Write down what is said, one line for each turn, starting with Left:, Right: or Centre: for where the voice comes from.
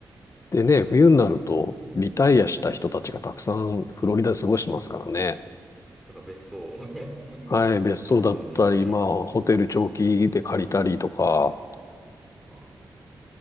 Left: でね、
Centre: かな。
Left: 冬になると、リタイアした人たちがたくさんフロリダで過ごしてますからね。
Centre: なんか別荘、<laughs>
Left: はい、別荘だったり、
Centre: 来ますもんね、やっぱり。
Left: まあ、ホテル長期で借りたりとか、
Centre: ああ、いいな。